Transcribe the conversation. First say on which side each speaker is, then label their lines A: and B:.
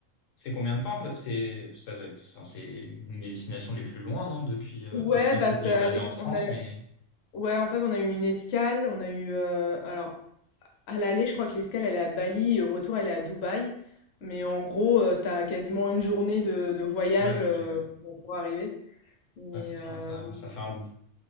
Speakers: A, on the left; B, on the left.
A: c'est combien de temps un peu? C'est ça doit être. Enfin, c'est une des destinations les plus loin, non? Depuis. euh,
B: Ouais,
A: Enfin, je sais pas
B: bah,
A: si
B: c'est
A: t'es
B: avec
A: basé en France,
B: on a
A: mais
B: ouais, en fait, on a eu une escale, on a eu, heu, alors À l'aller, je crois que l'escale, elle est à Bali et au retour, elle est à Dubaï. Mais en gros, euh, t'as quasiment une journée de, de voyage
A: ouais,
B: euh,
A: ok, ouais.
B: pour, pour arriver. Mais
A: Ouais, ça
B: euh,
A: fait un, ça ça fait un bout.